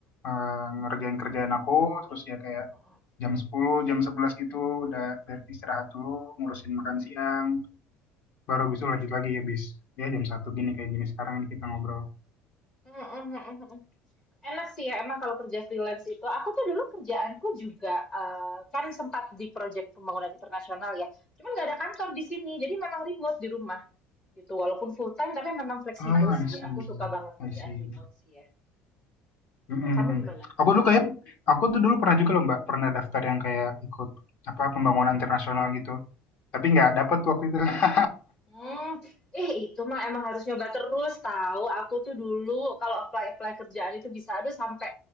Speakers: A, on the left (about 45°); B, on the left (about 20°).
A: eh, ngerjain kerjaan aku terus ya kayak
B: Heeh.
A: jam 10, jam 11 gitu udah ber- istirahat dulu, ngurusin makan siang, baru besok lanjut lagi ya bis. Ya jam satu gini kayak gini sekarang nih kita ngobrol.
B: Heeh, heeh, heeh. Enak sih ya emang kalau kerja freelance itu. Aku tuh dulu kerjaanku juga eh, kan sempat di proyek pembangunan internasional ya. Cuman nggak ada kantor di sini, jadi memang remote di rumah gitu. Walaupun full time tapi memang fleksibel
A: Oh, I
B: sih.
A: see.
B: Aku suka banget
A: I
B: kerjaan
A: see.
B: remote sih ya.
A: Mm-mm-mm.
B: Kalau kamu gimana?
A: Aku dulu kayak aku tuh dulu pernah juga loh Mbak, pernah daftar yang kayak ikut apa pembangunan internasional gitu. Tapi nggak dapet waktu itu. <laughs>
B: Hmm, eh itu mah emang harus nyoba terus tahu. Aku tuh dulu kalau apply-apply kerjaan itu bisa ada sampai